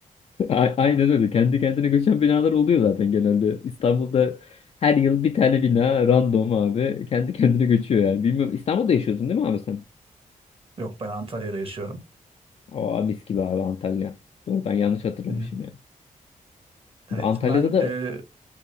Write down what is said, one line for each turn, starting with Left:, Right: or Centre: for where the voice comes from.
Left: <laughs> A- Aynen öyle. Kendi kendine göçen binalar oluyor zaten genelde. İstanbul'da her yıl bir tane bina random abi. Kendi <laughs> kendine göçüyor yani. Bilmiyorum. İstanbul'da yaşıyordun değil mi abi sen?
Right: Yok ben Antalya'da yaşıyorum.
Left: Aa mis gibi abi Antalya. Doğru ben yanlış hatırlamışım
Right: Hı.
Left: ya.
Right: Evet
Left: Antalya'da
Right: ben
Left: da...
Right: e,